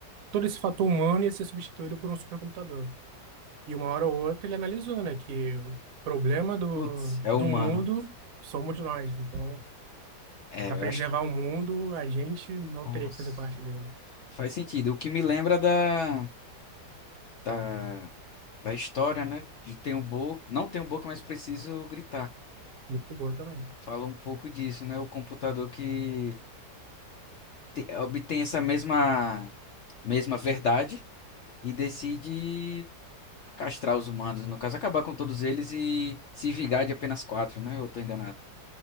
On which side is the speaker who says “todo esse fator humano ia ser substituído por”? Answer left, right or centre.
Right